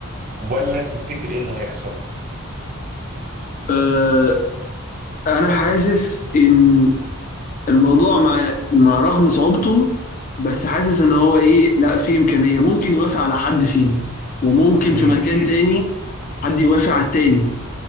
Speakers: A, on the right (about 35°); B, on the left (about 35°).
A: ولا تفتكر ايه اللي هيحصل
B: آه أنا حاسس إن الموضوع مع مع رغم صعوبته بس حاسس ان هو ايه لا في امكانيه ممكن يوافق على حد فينا وممكن
A: امم
B: في مكان تاني حد يوافق على التاني